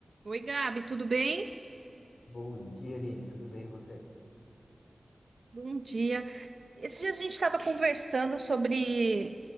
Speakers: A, on the right; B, on the left.
A: Oi, Gabi, tudo bem?
B: Bom dia, Aline. Tudo bem, e você?
A: Bom dia. Esses dias a gente estava conversando sobre